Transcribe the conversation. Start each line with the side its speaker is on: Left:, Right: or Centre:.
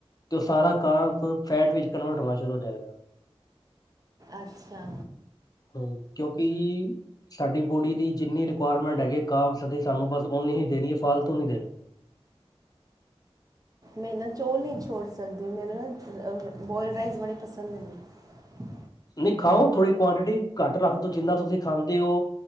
Left: ਤੇ ਉਹ ਸਾਰਾ ਕਾਵਸ ਫੈਟ ਵਿੱਚ ਕਨਵਰਟ ਹੋਣਾ ਸ਼ੁਰੂ ਹੋ ਜਾਏਗਾ,
Right: ਅੱਛਾ
Left: ਹੂੰ ਕਿਉਂਕਿ ਸਾਡੀ ਬੋਡੀ ਦੀ ਜਿੰਨੀ ਰਿਕੁਆਇਰਮੈਂਟ ਹੈਗੀ ਕਾਵਸ ਨੇ ਸਾਨੂੰ ਬਸ ਓਨੀ ਹੀ ਦੇਣੀ ਹੈ ਫਾਲਤੂ ਨਹੀਂ ਦੇਣੀ।
Right: ਮੈਂ ਨਾ ਚੌਲ ਨਹੀਂ ਛੋੜ ਸਕਦੀ, ਮੈਨੂੰ ਨਾ ਬੋਆਇਲਡ ਰਾਈਸ ਬੜੇ ਪਸੰਦ ਨੇ।
Left: ਨਹੀਂ ਖਾਓ ਥੋੜ੍ਹੀ ਕੁਆਂਟਿਟੀ ਘੱਟ ਰੱਖ ਦੋ ਜਿੰਨਾ ਤੁਸੀਂ ਖਾਂਦੇ ਹੋ